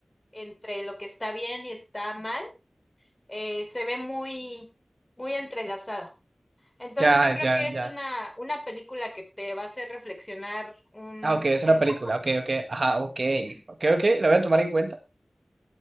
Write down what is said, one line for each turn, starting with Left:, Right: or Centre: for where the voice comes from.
Left: entre lo que está bien y está mal eh, se ve muy, muy entrelazada. Entonces,
Right: Ya,
Left: yo creo
Right: ya,
Left: que
Right: ya.
Left: es una, una película que te va a hacer reflexionar un,
Right: Ah, ok, es
Left: un
Right: una película.
Left: poco.
Right: Ok, ok. Ajá, ok.
Left: Ujú.
Right: Ok, ok. La voy a tomar en cuenta.